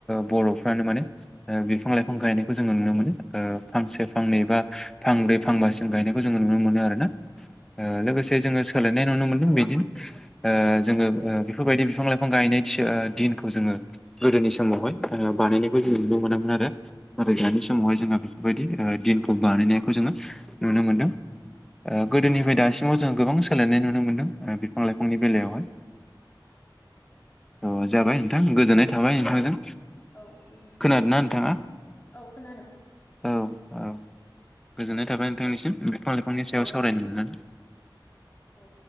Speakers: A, in the centre; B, on the left (about 25°).
A: बर'फ्रानो माने ओ बिफां-लाइफां गायनायखौ जोङो नुनो मोनो फांसे फांनै बा फांब्रै फांबासिम गायनायखौ जोङो नुनो मोनो आरो ना ओ लोगोसे जोङो सोलायनाय नुनो मोनदों बिदिनो ओ जोङो बेफोरबायदि बिफां लाइफां गाय <unintelligible> दिनखौ जोङो गोदोनि समावहाय बानायनायखौ जों नुनो मोनामोन आरो दानि समावहाय जोङो बेफोरबायदि दिनखौ बानायनायखौ जोङो नुनो मोनदों। ओ गोदोनिफ्राय दासिमाव जोङो गोबां सोलायनाय नुनो मोनदों ओ बिफां लाइफांनि बेलायावहाय। अ जाबाय नोंथां गोजोननाय थाबाय नोंथांजों
B: औ गोजोनथों
A: खोनादोंना नोंथाङा
B: औ खोनादों।
A: औ औ गोजोननाय थाबाय नोंथांनिसिम
B: दे
A: बिफां लाइफांनि सायाव
B: औ
A: सावरायनो
B: दे
A: मोननानै।
B: औ।